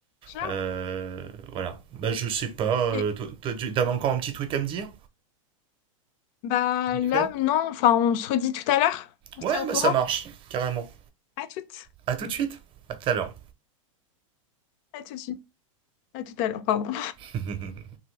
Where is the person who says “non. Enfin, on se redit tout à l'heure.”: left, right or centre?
Left